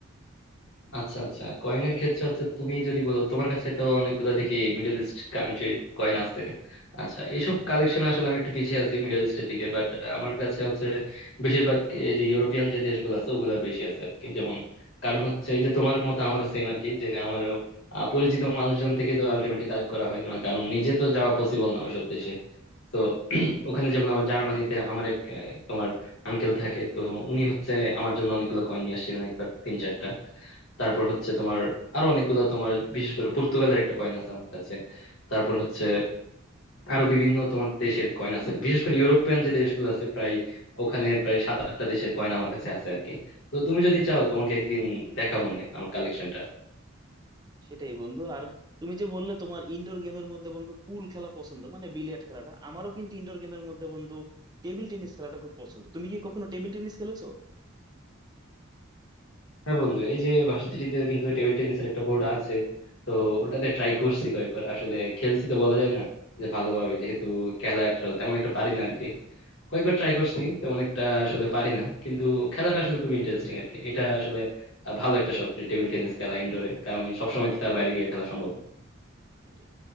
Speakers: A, on the left; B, on the right.
A: আচ্ছা আচ্ছা কয়েনের ক্ষেত্রে হচ্ছে তুমি যদি বলো তোমার কাছে তো অনেকগুলো দেখি মিডল ইস্ট কান্ট্রির কয়েন আছে আচ্ছা এইসব কালেকশন আসলে আমি একটু পিছিয়ে আছি মিডল ইস্টের দিকে বাট আমার কাছে হচ্ছে বেশিরভাগ এই যে ইউরোপিয়ান যে দেশগুলো আছে ওগুলার বেশি আছে আর কি যেমন কারণ হচ্ছে এই যে তোমার মতো আমারও সেম আর কি যে আমারও আহ, পরিচিত মানুষজন থেকে তো আলটিমেটলি কালেক্ট করা হয় না কারণ নিজে তো যাওয়া পসিবল না ওইসব দেশে তো
B: হুম
A: <clears throat> ওখানে যেমন আমার জার্মানিতে আমার এক আহ, তোমার আঙ্কেল থাকে তো উনি হচ্ছে আমার জন্য অনেকগুলো কয়েন নিয়ে আসছিলেন একবার তিন চারটা তারপর হচ্ছে তোমার আরো অনেকগুলো তোমার বিশেষ করে পর্তুগালের একটা কয়েন আছে আমার কাছে তারপর হচ্ছে আরো বিভিন্ন তোমার দেশের কয়েন আছে আর কি। বিশেষ করে ইউরোপিয়ান যে দেশগুলো আছে প্রায় ওখানে প্রায় সাত আটটা দেশের কয়েন আমার কাছে আছে আর কি তো তুমি যদি চাও তোমাকে একদিন দেখাবো না আমার কালেকশনটা
B: সেটাই বন্ধু আর তুমি যে বললে তোমার ইনডোর গেমের মধ্যে বন্ধু পুল খেলা পছন্দ মানে বিলিয়ার্ড খেলাটা আমারও কিন্তু ইনডোর গেমের মধ্যে বন্ধু টেবিল টেনিস খেলাটা খুব পছন্দ তুমি কি কখনো টেবিল টেনিস খেলেছো
A: হ্যাঁ বন্ধু এই যে ভার্সিটিতে কিন্তু টেবিল টেনিসের একটা বোর্ড আছে তো ওটাতে ট্রাই করছি কয়েকবার আসলে খেলছি তো বলা যায় না যে ভালোভাবে যেহেতু খেলা একটা- তেমন একটা পারি না আরকি কয়েকবার ট্রাই করছি তেমন একটা আসলে পারি না কিন্তু খেলাটা আসলে খুব ইন্টারেস্টিং আরকি এটা আসলে আহ, ভালো একটা শখ যে টেবিল টেনিস খেলা ইনডোরে কারণ সবসময় তো আর বাইরে গিয়ে খেলা সম্ভব না।
B: এটাই